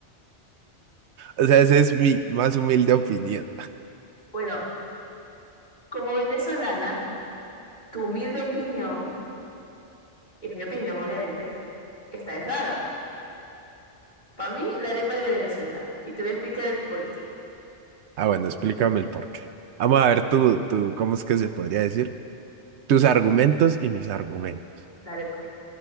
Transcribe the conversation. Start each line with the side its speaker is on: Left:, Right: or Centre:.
Right: O sea, esa es mi más humilde opinión.
Left: Bueno, como venezolana, tu humilde opinión. es mi opinión obviamente, está errada. Para mí, la arepa es de Venezuela. Y te voy a explicar el por qué.
Right: Ah, bueno, explícame el porqué. Vamos a ver tú, tú, ¿cómo es que se podría decir? Tus argumentos y mis argumentos.
Left: Dale, pues.